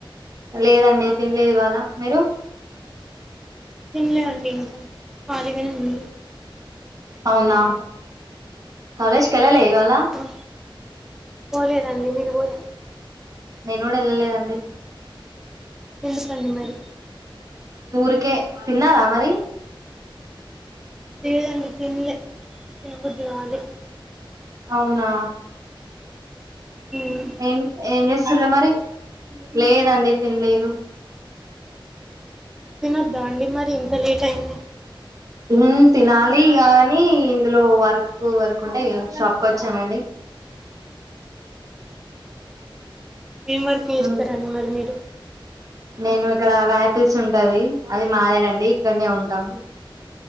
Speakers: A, on the right; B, in the centre.
A: లేదండి తినలేదు ఇవ్వాళ మీరు
B: తినలేదండి ఇంకా కలిగానే ఉన్న
A: అవునా కాలేజ్కిళ్ళాలే ఇవ్వాళ
B: ఆ పోలేదండి మీరు బోలే
A: నేను గూడ ఏళ్ళలేదండి
B: ఎందుకండి మరీ
A: ఊరికే తిన్నరా మరీ
B: లేదండి తిన్నలే తిన్న బుద్ది గాలే
A: అవునా
B: ఉమ్మ్
A: ఏం ఏం జేస్తున్రు మరీ లేదండి తినలేదు
B: తినొద్దండి మరి ఇంత లేట్ అయింది
A: ఉమ్మ్ తినాలి గానీ ఇందులో వర్క్ వర్క్ ఉంటే ఇగా షాప్ కొచ్చానండి
B: ఏం వర్క్ జేస్తారండి
A: ఉమ్
B: మరీ మీరు
A: నేను ఇక్కడ వ్యాపిల్స్ ఉంటది అది మాదేనండి ఇక్కడనే ఉంటాము